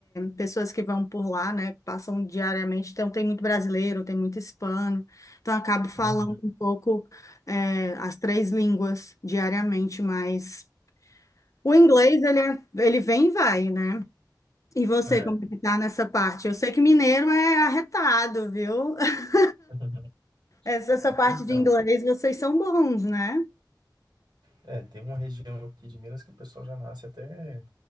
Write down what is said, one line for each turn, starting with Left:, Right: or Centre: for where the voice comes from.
Left: pessoas que vão por lá, né? que Passam diariamente, então tem muito brasileiro, tem muito hispano, então eu acabo falando
Right: uhum,
Left: um pouco é, as três línguas diariamente, mas o inglês, ele, é- ele vem e vai, né? E você,
Right: é.
Left: como que tá nessa parte? Eu sei que mineiro é arretado, viu? <laughs>
Right: <laughs>
Left: Essa, essa parte
Right: Então,
Left: de inglês, vocês são bons, né?
Right: é, tem uma região aqui de Minas que o pessoal já nasce até